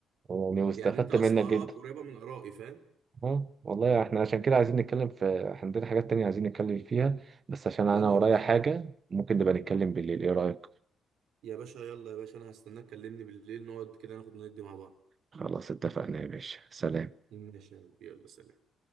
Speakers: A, on the right (about 45°); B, on the right (about 80°).
A: يعني واستفدت
B: يعني انت اصلا
A: منك جدا
B: ارائك قريبة من ارائي فاهم
A: اه والله احنا عشان كده عايزين نتكلم في إحنا عندنا حاجات تانية عايزين نتكلم فيها بس عشان انا
B: يلا
A: ورايا
B: يا باشا
A: حاجة ممكن نبقى نتكلم بالليل ايه رأيك
B: يا باشا يلا يا باشا انا هستناك كلمني بالليل نقعد كده ناخد ندي مع بعض
A: خلاص اتفقنا يا باشا سلام
B: ماشي يا رب. يلا سلام